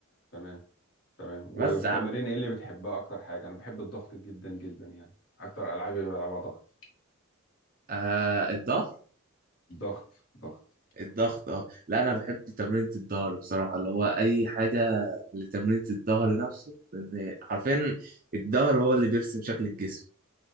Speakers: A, on the left; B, on the right.
A: تمام تمام
B: بس
A: والتمارين ايه اللي بتحبها اكتر حاجه انا بحب الضغط جدا جدا يعني اكتر العابي بلعبها ضغط
B: آه الضغط
A: ضغط ضغط
B: الضغط اه لا انا
A: اه
B: بحب تمرينة الظهر بصراحة اللي هو اي حاجة لتمرينة الظهر نفسه لان حرفيا الظهر هو اللي بيرسم شكل الجسم